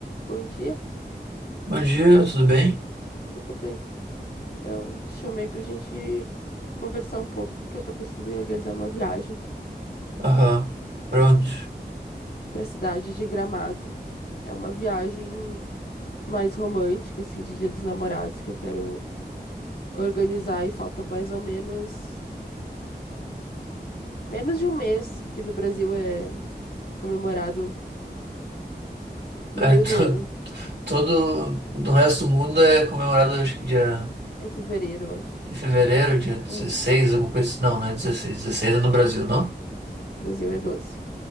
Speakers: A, on the left; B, on the right.
A: Bom dia,
B: Bom dia, tudo bem?
A: tudo bem? Eu te chamei pra gente conversar um pouco, porque eu tô pensando em organizar uma viagem
B: Aham, pronto.
A: pra cidade de Gramado. É uma viagem mais romântica, assim, de Dia dos Namorados que eu quero organizar e falta mais ou menos menos de um mês, porque no Brasil é comemorado no
B: É,
A: meio
B: <laughs> to-
A: do ano,
B: todo do resto do mundo é comemorado, acho que dia
A: é em fevereiro, eu acho.
B: em fevereiro, dia 16,
A: É, no
B: alguma coisa assim. Não, não é 16. 16 é no Brasil, não?
A: Brasil é 12,